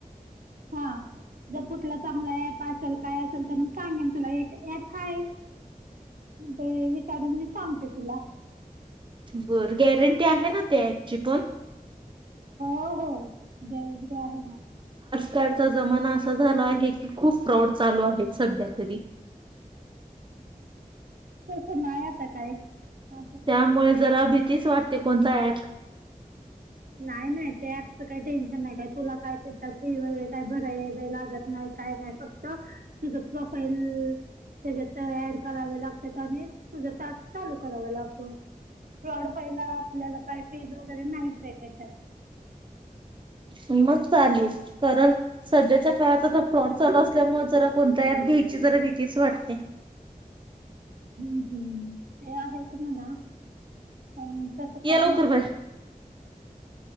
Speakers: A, on the right (about 70°); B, on the right (about 35°).
A: हा जर कुठला चांगला ऍप असेल काय असेल तर मी सांगेन तुला एक ऍप हाय. ते विचारून मी सांगते तुला.
B: बर गॅरंटी आहे ना ते ऍपची पण?
A: हो हो गॅरंटी आहे ना.
B: कडचा जमाना असा झाला आहे की खूप फ्रॉड चालू आहेत सध्या तरी.
A: तसं नाही आता काय. असं
B: त्यामुळे जरा भीतीच वाटते कोणत ॲप
A: नाही नाही त्या अँपची काही टेन्शन नाही काय तुला काय ते फी वगैरे काय भरा लागत नाही. काय नाही फक्त तुझ प्रोफाईल तेज्यात अँड करावे लागत्यात आणि तुझ टास्क चालू कराव लाग फ्रॉड पहिला आपल्याला काय फीज वगैरे नाहीच हे तेच्यात
B: मग चालेल कारण सध्याच्या काळात आता फ्रॉड चालू असल्यामुळे जरा कोणत अँप घ्यायची जरा भीतीच वाटते.
A: <inaudible> हम्, हम् ते आहेच म्हणा पण तस काही
B: या लवकर
A: नाही
B: बाहेर